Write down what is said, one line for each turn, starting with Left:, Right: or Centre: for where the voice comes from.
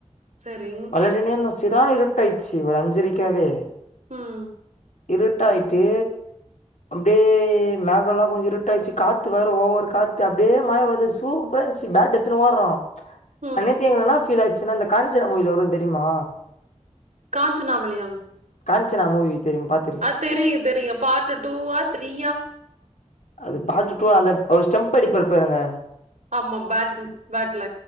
Right: சரிங்
Left: வல்லடினேன்னு சிரா இருட்டாய்டுச்சு ஒரு அஞ்சரிக்காவே
Right: ம்
Left: இருட்டாயிட்டு பே மேக எல்லா கொஞ்ச இருட்டாயிச்சு காத்து வேற ஓவர் காத்து அப்படியே மாய் வருது சூப்பரா இருந்துச்சு பேட் எடுத்துன்னு ஓட்றோ
Right: ம்
Left: நேத்து எங்கனனா பீல் ஆயிடுச்சுன்னா அந்த காஞ்சன மூவில வரு தெரியுமா
Right: காஞ்சனா வளையா
Left: காஞ்சனா மூவி தெரியும் பாத்
Right: அ தெரியு தெரியு பார்ட்டு டூவா த்ரீயா
Left: அது பார்ட்டு டூ அந்த ஒரு ஸ்டெம்ப் அடிப்பாரு பாருங்க
Right: ஆமா ஆம் பேட் பேட்ல